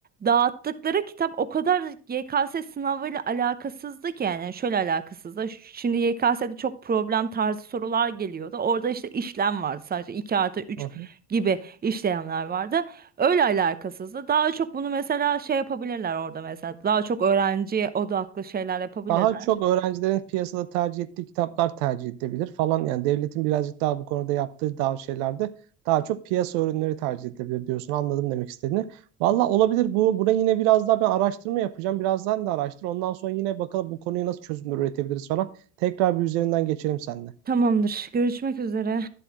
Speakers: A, on the right; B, on the right.
A: Dağıttıkları kitap o kadar YKS sınavıyla alakasızdı ki yani şöyle alakasızdı. Ş- Şimdi YKS'de çok problem tarzı sorular geliyordu. Orada işte işlem vardı sadece 2 artı üç
B: Hı hı.
A: gibi işlemler vardı. Öyle alakasızdı. Daha çok bunu mesela şey yapabilirler orada mesela. Daha çok öğrenciye odaklı şeyler yapabilirler.
B: Daha çok öğrencilerin piyasada tercih ettiği kitaplar tercih edilebilir falan. Yani devletin birazcık daha bu konuda yaptığı daha şeylerde daha çok piyasa ürünleri tercih edilebilir diyorsun. Anladım demek istediğini. Valla olabilir. Bu, buna yine biraz daha ben araştırma yapacağım. Birazdan da araştır. Ondan sonra yine bakalım bu konuya nasıl çözümler üretebiliriz falan. Tekrar bir üzerinden geçelim seninle.
A: Tamamdır. Görüşmek üzere.